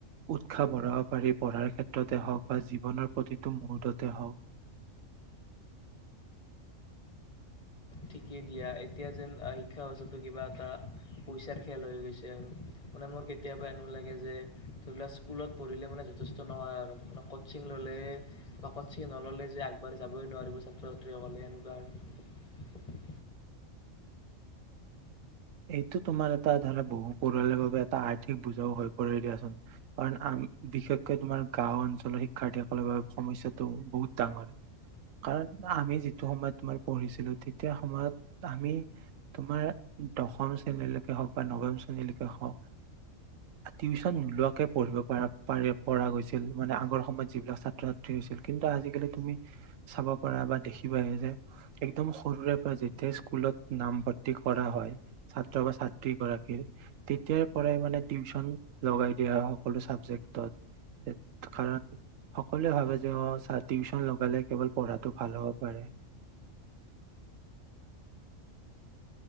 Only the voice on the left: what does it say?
ঠিকেই দিয়া এতিয়া যেন শিক্ষা ব্যৱস্থাটো কিবা এটা পইচাৰ খেল হৈ গৈছে আৰু মানে মোৰ কেতিয়াবা এনেো লাগে যে ধৰি লোৱাক স্কুলত পঢ়িলে মানে যথেষ্ট নহয় আৰু মানে কচিং ল'লে বা কচিং নললে যে আগবাঢ়ি যাবই নোৱাৰিব ছাত্ৰ ছাত্ৰীসকলে এনেকুৱা আৰু